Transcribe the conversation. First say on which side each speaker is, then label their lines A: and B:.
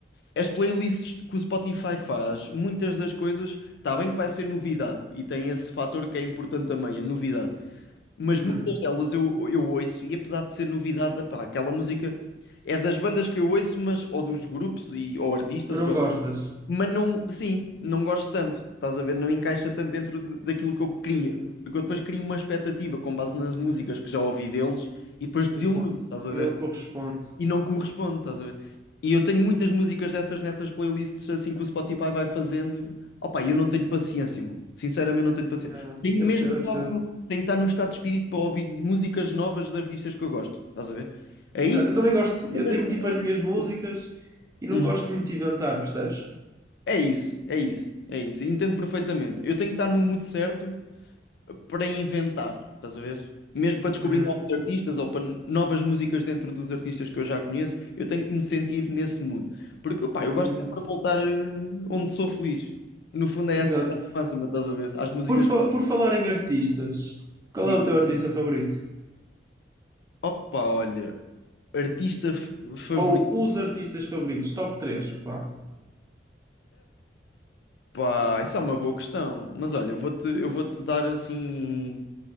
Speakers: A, on the left; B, on the right.
A: As playlists que o Spotify faz, muitas das coisas, está bem que vai ser novidade e tem esse fator que é importante também, a novidade. Mas
B: Uhum.
A: muitas delas eu, eu ouço e apesar de ser novidade, epá, aquela música é das bandas que eu ouço, mas ou dos grupos e, ou artistas,
B: Mas não gostas.
A: mas não, sim, não gosto tanto, estás a ver? Não encaixa tanto dentro de- daquilo que eu queria.
B: Uhum,
A: Porque eu depois crio uma expectativa com base nas músicas que já ouvi deles e depois desiludo,
B: Exato.
A: estás a
B: E
A: ver?
B: não corresponde.
A: E não corresponde, estás a ver? E eu tenho muitas músicas dessas nessas playlists assim que o Spotify vai fazendo. Opa, eu não tenho paciência, meu. Sinceramente, não tenho paciência.
B: Yeah,
A: Tenho
B: eu
A: mesmo
B: percebo,
A: que estar,
B: eu percebo.
A: no- tenho que estar no estado de espírito para ouvir músicas novas de artistas que eu gosto, estás a ver? É
B: Exato,
A: isso.
B: eu também gosto,
A: Mesmo
B: eu tenho
A: assim,
B: tipo as minhas músicas
A: não.
B: e não
A: Uhum.
B: gosto muito de inventar, percebes?
A: É isso, é isso, é isso. Entendo perfeitamente. Eu tenho que estar no mood certo para inventar, estás a ver? Mesmo para descobrir
B: Uhum,
A: novos artistas ou para novas músicas dentro dos artistas que eu já conheço, eu tenho que me sentir nesse mood. Porque, pá, eu gosto
B: Exato.
A: sempre de voltar eh, onde sou feliz. No fundo é
B: Exato.
A: essa a máxima, estás a ver? Às músicas
B: Por, fa-
A: que
B: por falar em artistas, qual
A: diz,
B: é o teu artista favorito?
A: opa, olha, artista f- favorito.
B: Ou os artistas favoritos, top três vá.
A: Epá, isso é uma boa questão. Mas olha, eu vou-te, eu vou-te dar assim.